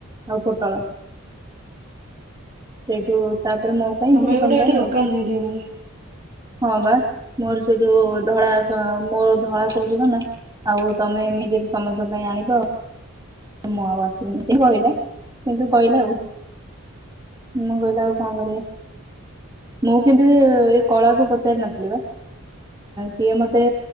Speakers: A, on the right (about 20°); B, on the right (about 40°).
A: ଆଉ ପୋଟଳ ସେଇଠୁ ତାପରେ ମୋ ପାଇଁ
B: ତମେ
A: ତାପରେ
B: ଗୋଟେ
A: ତମ ପାଇଁ
B: ଏଇଠି ଦୋକାନ
A: ଆଉ
B: ଦେଇଦିଅ ନହେଲେ।
A: ହଁ ପା ମୋର ସେଇଠୁ ଧଳା କ ମୋର ଧଳା କହୁଛି କଣ ନା ଆଉ ତମେ ଏମିତି ସମସ୍ତଙ୍କ ପାଇଁ ଆଣିବ ଆଉ ମୁଁ ଆଉ ଆସିବିିନି କହିଲା କିନ୍ତୁ କହିଲା ଆଉ। ମୁଁ କହିଲି ଆଉ କଣ କରିବା। ମୁଁ କିନ୍ତୁ ଏ ଏ କଳାକୁ ପଚାରି ନଥିଲି ପା। ସିଏ ମତେ